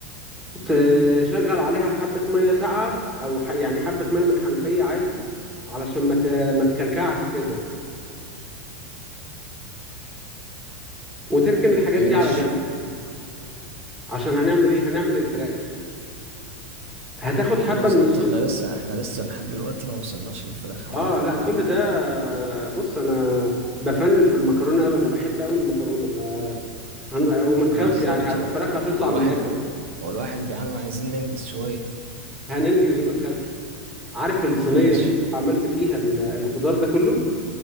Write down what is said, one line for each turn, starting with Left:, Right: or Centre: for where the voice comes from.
Centre: تشغل عليها حبه ميه ساقعه او ح- يعني حبه ميه من الحنفيه عادي علشان ما ت- ما تكلكعش كده وتركن الحاجات
Right: ماشي
Centre: دي على جنب عشان هنعمل ايه هنعمل الفراخ هتاخد حبه
Right: بالظبط
Centre: من الصوص
Right: احنا لسه احنا لسه لحد دلوقتي ما وصلناش للفراخ عامة
Centre: اه
Right: يا
Centre: لا
Right: محمود
Centre: كل ده بص انا بفنن في المكرونه قوي انا بحب قوي المكرونه ف هن... وما تخافش
Right: بالظبط
Centre: يعني الفراخ
Right: و- و-
Centre: هتطلع
Right: والواحد
Centre: من الاخر برضه
Right: والواحد جعان وعايزين ننجز شوية
Centre: هننجز وما تخافش عارف الصينية
Right: <laughs> ماشي
Centre: اللي عملت فيها ال- الخضار ده كله